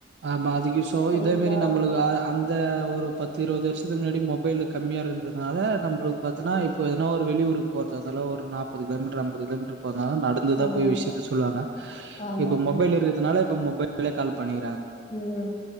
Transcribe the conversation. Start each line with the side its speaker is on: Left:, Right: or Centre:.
Right: ஆமா அதுக்கு யூஸ் ஆவு
Left: அதிகமா
Right: இதே மாரி நம்பளுக்கு அந்த ஒரு பத்து இருபது வருஷ இதுக்கு முன்னாடி மொபைல் கம்மியா இருந்ததுனால நம்பளுக்கு பாத்தன்னா இப்ப எதுனா ஒரு வெளி ஊருக்கு போறதா இருந்தாலு ஒரு நாப்பது கிலோ மீட்டரு ஐம்பது கிலோமீட்டரு <unintelligible> நடந்துதா
Left: ஆமா
Right: போய்
Left: ஆமா
Right: விஷ்யத்த சொல்வாங்க
Left: ஆமா
Right: இப்ப
Left: ஆமா
Right: மொபைல் இருக்துனால இப்ப மொபைல கால் பண்ணி
Left: ம்